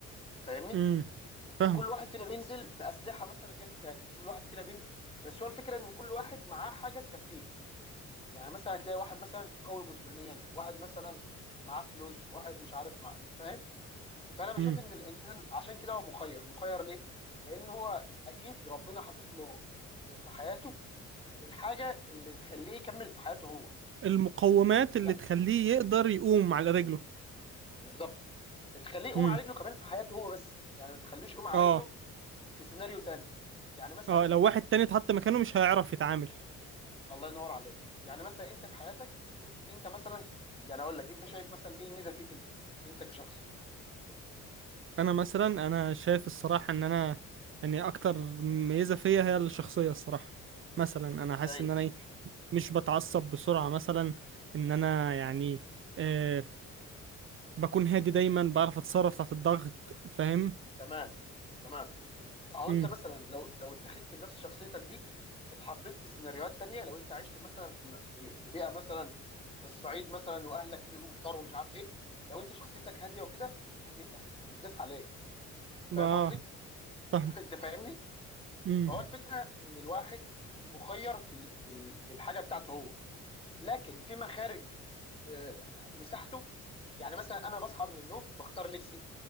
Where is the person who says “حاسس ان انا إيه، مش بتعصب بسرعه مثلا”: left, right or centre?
Right